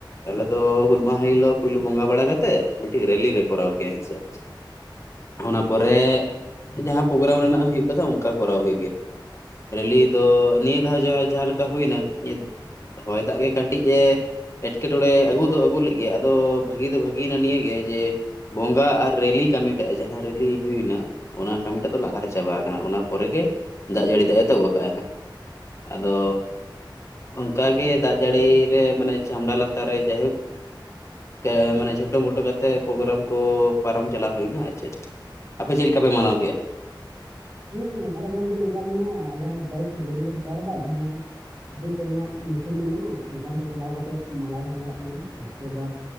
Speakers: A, on the left; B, on the right.
A: ᱟᱞᱮ ᱫᱚ ᱦᱩᱞ ᱢᱟᱦᱟ ᱦᱤᱞᱳᱜ ᱯᱳᱭᱞᱳ ᱵᱚᱸᱜᱟ ᱵᱟᱲᱟ ᱠᱟᱛᱮᱜ ᱢᱤᱫᱴᱤᱡ ᱨᱮᱞᱞᱤ ᱞᱮ ᱠᱚᱨᱟᱣ ᱜᱮᱭᱟ ᱦᱮᱸᱥᱮ, ᱚᱱᱟ ᱯᱚᱨᱮ ᱡᱟᱦᱟᱸ ᱯᱚᱜᱮᱨᱟᱢ ᱨᱮᱱᱟᱜ ᱦᱩᱭᱩᱜ ᱠᱟᱛᱷᱟ ᱚᱸᱠᱟ ᱠᱚᱨᱟᱣ ᱦᱩᱭᱩᱜ ᱜᱮᱭᱟ᱾ ᱨᱮᱞᱞᱤ ᱫᱚ ᱱᱤᱭᱟᱹ ᱫᱷᱟᱣ ᱡᱟᱦᱟ ᱡᱟᱦᱟᱸ ᱞᱮᱠᱟ ᱦᱩᱭ ᱮᱱᱟ ᱱᱤᱛ ᱦᱚᱭ ᱫᱟᱜ ᱜᱮ ᱠᱟᱹᱴᱤᱡ ᱮ ᱮᱴᱠᱮ ᱴᱚᱬᱮ ᱟᱹᱜᱩ ᱫᱚ ᱟᱹᱜᱩ ᱞᱮᱜ ᱜᱮᱭᱟᱭ ᱟᱫᱚ ᱵᱷᱟᱹᱜᱤ ᱫᱚ ᱵᱷᱟᱹᱜᱤ ᱭᱮᱱᱟ ᱱᱤᱭᱟᱹ ᱜᱮ ᱡᱮ ᱵᱚᱸᱜᱟ ᱟᱨ ᱨᱮᱞᱞᱤ ᱠᱟᱹᱢᱤ ᱴᱟᱜ ᱡᱟᱦᱟᱸ ᱨᱮᱞᱤ ᱦᱩᱭ ᱮᱱᱟ, ᱚᱱᱟ ᱠᱟᱹᱢᱤ ᱴᱟᱜ ᱫᱚ ᱞᱟᱦᱟ ᱨᱮ ᱪᱟᱵᱟ ᱦᱟᱠᱟᱱᱟ, ᱚᱱᱟ ᱯᱚᱨᱮ ᱜᱮ ᱫᱟᱜ ᱡᱟᱹᱲᱤ ᱫᱚ ᱮᱛᱚᱦᱚᱵ ᱠᱟᱜ-ᱟᱭ ᱦᱟᱸᱜ, ᱟᱫᱚ ᱚᱱᱠᱟ ᱜᱮ ᱫᱟᱜ ᱡᱟᱹᱲᱤ ᱨᱮ ᱢᱟᱱᱮ ᱪᱷᱟᱢᱰᱟ ᱞᱟᱛᱟᱨ ᱨᱮ ᱡᱟᱭᱦᱩᱠ ᱠᱟ ᱢᱟᱱᱮ ᱪᱷᱳᱴᱳ ᱢᱳᱴᱳ ᱠᱟᱛᱮ ᱯᱚᱜᱮᱨᱟᱢ ᱠᱚ ᱯᱟᱨᱚᱢ ᱪᱟᱞᱟᱣ ᱦᱩᱭ ᱮᱱᱟ ᱟᱨ ᱪᱮᱫ? ᱟᱯᱮ ᱪᱮᱫ ᱞᱮᱠᱟ ᱯᱮ ᱢᱟᱱᱟᱣ ᱠᱮᱜ-ᱟ?
B: ᱦᱮᱸ ᱟᱞᱮ ᱫᱚ ᱜᱚᱝᱠᱮ ᱱᱚᱝᱠᱟ ᱢᱮᱱᱟᱜ-ᱟ ᱟᱞᱮ ᱦᱚᱸ ᱵᱟᱭᱤᱠ ᱨᱮᱞᱤ ᱞᱮ ᱦᱟᱛᱟᱣ ᱞᱮᱫᱟ ᱡᱟᱦᱟᱸᱭ ᱡᱟᱦᱟᱸ ᱥᱤᱫᱩ ᱠᱟᱹᱱᱩᱣᱟᱜ ᱢᱩᱴᱷᱟᱹᱱ ᱢᱮᱱᱟᱜ-ᱟ ᱚᱱᱠᱟᱱ ᱴᱷᱮᱱ ᱪᱟᱞᱟᱣ ᱠᱟᱛᱮᱫ ᱢᱟᱞᱟ ᱞᱮ ᱦᱚᱨᱚᱜ-ᱟᱜ ᱠᱤᱱᱟ ᱩᱥᱠᱮ ᱵᱟᱫᱽ